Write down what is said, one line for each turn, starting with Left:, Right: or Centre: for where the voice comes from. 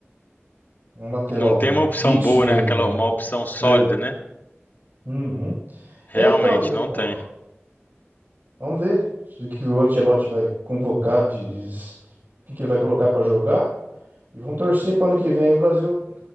Right: um lateral
Left: Não tem uma opção
Right: fixo
Left: boa,
Right: mesmo,
Left: né? Aquela,
Right: amigão.
Left: uma opção sólida,
Right: É.
Left: né?
Right: Uhum.
Left: Realmente,
Right: É, então, amigão,
Left: não
Right: vamos
Left: tem.
Right: vamos ver o que o Ancelotti vai convocar, de, de- quem que ele vai colocar para jogar. E vamos torcer para ano que vem o Brasil